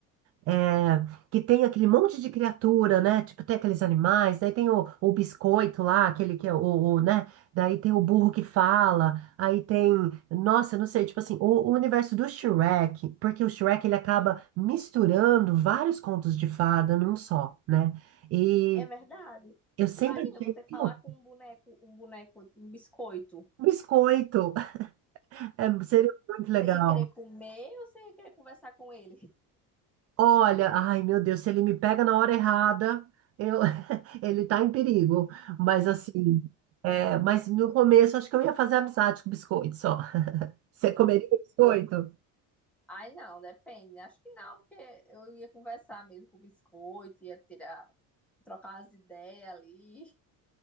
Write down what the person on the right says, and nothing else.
É, que tem aquele monte de criatura, né? Tipo, tem aqueles animais, daí tem o, o biscoito lá, aquele que é o, o, né? Daí tem o burro que fala, aí tem, nossa, eu não sei, tipo assim, o, o universo do Shrek, porque o Shrek ele acaba misturando vários contos de fada num só, né? E
eu sempre
achei,
pô,
biscoito, <laughs> é, seria muito legal.
Olha, ai meu Deus, se ele me pega na hora errada, eu, <laughs> ele tá em perigo. Mas assim, é, mas no começo acho que eu ia fazer amizade com biscoito só. Você comeria biscoito?